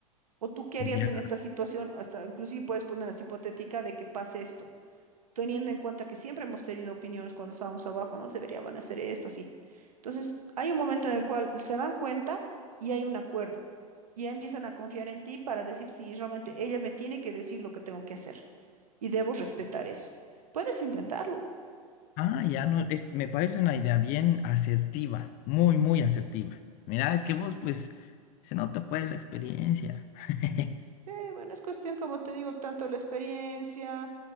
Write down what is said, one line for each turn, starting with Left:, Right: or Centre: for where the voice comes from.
Right: ¿O tú qué harías
Left: ya.
Right: en esta situación? Hasta inclusive puedes poner así hipotética de que pase esto teniendo en cuenta que siempre hemos tenido opiniones cuando estábamos abajo, ¿no? Deberían hacer esto, así. Entonces, hay un momento en el cual se dan cuenta y hay un acuerdo. Y ya empiezan a confiar en ti para decir, sí, realmente ella me tiene que decir lo que tengo que hacer y debo respetar eso. Puedes intentarlo.
Left: Ah, ya no, es, me parece una idea bien asertiva, muy, muy asertiva. Mira, es que vos, pues, se nota pues la experiencia. <laughs>
Right: Sí, bueno, es cuestión, como te digo, tanto la experiencia,